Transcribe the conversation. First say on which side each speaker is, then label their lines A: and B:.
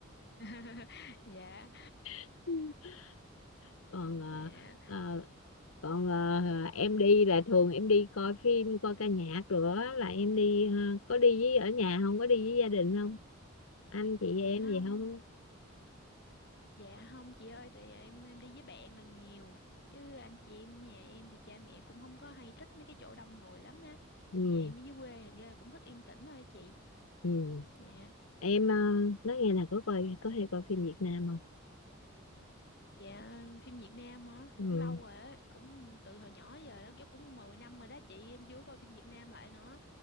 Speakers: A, on the left (about 50°); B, on the left (about 80°).
A: <laughs> dạ
B: <laughs> còn ờ,
A: dạ
B: ờ, còn ờ, em đi là thường em đi coi phim coi ca nhạc rồi á, là em đi ờ, có đi với ở nhà không có đi với gia đình không anh chị em
A: dạ không
B: gì không
A: Dạ không chị ơi, tại em em đi với bạn là nhiều. Chứ anh chị em nhà em thì cha mẹ cũng không có hay thích mấy cái chỗ đông người lắm á.
B: ừ
A: Nhà em ở dưới quê thành ra là cũng thích yên tĩnh thôi chị.
B: ừ
A: Dạ.
B: em ờ, nói nghe là có coi có hay coi phim Việt Nam không
A: Dạ phim Việt Nam hả? Cũng
B: ừ
A: lâu rồi á, cũng từ hồi nhỏ giờ đó, chứ cũng 10 năm rồi đó chị, em chưa coi phim Việt Nam lại nữa.